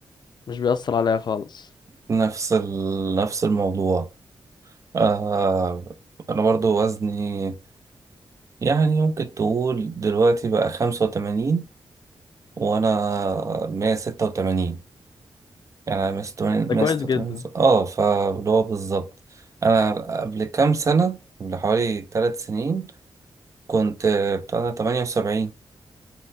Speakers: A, on the left (about 55°); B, on the right (about 35°).
A: مش بيأثر عليا خالص
B: نفس ال... نفس الموضوع آه أنا برضو وزني يعني ممكن تقول دلوقتي بقى خمسة وتمانين وأنا مية ستة وتمانين يعني أنا مية ستة وتمانين
A: ده
B: مية
A: كويس
B: ستة
A: جدا
B: وتمانين آه فاللي هو بالظبط أنا قبل كام سنة قبل حوالي تلات سنين كنت بتاع تمانية وسبعين